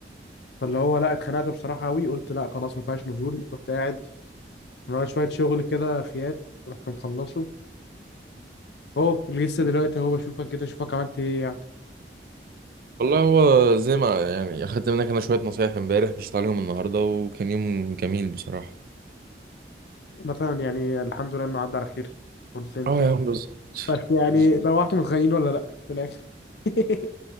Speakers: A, on the left; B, on the right.
A: فاللي هو لا اتخنقت بصراحه قوي قلت لا خلاص ما فيهاش نزول رحت قاعد ورايا شويه شغل كده فيات رحت مخلصه اهو لسه دلوقتي اهو بشوفك كده اشوفك عملت ايه يعني
B: والله هو زي ما يعني أخدت منك أنا شوية نصايح امبارح مشيت عليهم النهاردة وكان يوم جميل بصراحة
A: فمثلا يعني الحمد لله انه عدى على خير كنت انتوا
B: اه يا عم بالظبط
A: بس يعني
B: بالظبط.
A: روحتوا متخانقين ولا لا في الاخر <laughs>